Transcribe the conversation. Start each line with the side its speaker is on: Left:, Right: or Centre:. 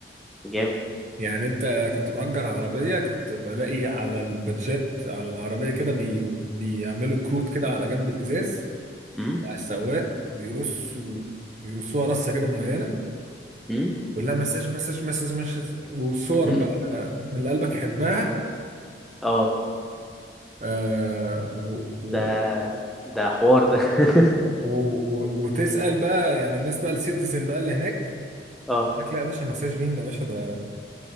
Centre: جامد
Right: يعني انت كنت مأجر عربيه كنت بلاقي على البادجات على العربيه كده بي... بيعملوا كروت كده على جنب الازاز
Centre: مم.
Right: بقى السواق بيرص بيرصوها رصه كده معينه
Centre: مم.
Right: كلها مساج مساج مساج مساج وصور
Centre: <laughs> مم.
Right: بقى من اللي قلبك يحبها
Centre: اه
Right: آه و و
Centre: ده ده حوار ده <laughs>
Right: و و وتسأل بقى يعني الناس بقى السيتيزن بقى اللي هناك
Centre: اه
Right: يقول لك لا يا باشا مساج مين يا باشا ده